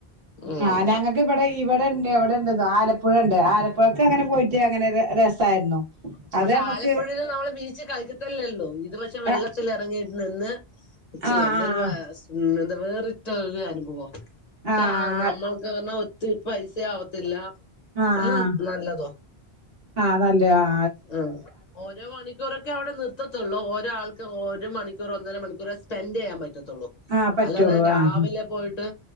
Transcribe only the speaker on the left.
ഉം
പക്ഷെ
ആലപ്പുഴേല് ന്നമ്മള് ബീച്ച് കളിച്ചിട്ടല്ലേഒള്ളൂ ഇതു പക്ഷെ വെള്ളത്തിലെറങ്ങിയിട്ട്
നിന്ന് ചെയ്യാം
ഇതൊരുവെ മ് എന്താ വേറിട്ടാ ഒരു അനുഭവം
ച്ചാ ന്നമ്മൾക്ക് പറഞ്ഞാ ഒത്തിരി പൈസ ആവത്തില്ല
എന്നാ നല്ലതുവാ
ആ ഓരോ മണിക്കൂറൊക്കെ അവിടെ നിർത്തത്തൊള്ളൂ ഓരോ ആൾക്ക് ഓരോ മണിക്കൂർ ഒന്നര മണിക്കൂറെ സ്പെന്റെയ്യാൻ പറ്റത്തൊള്ളൂ
അല്ലാതെ രാവിലെ
പോയിട്ട്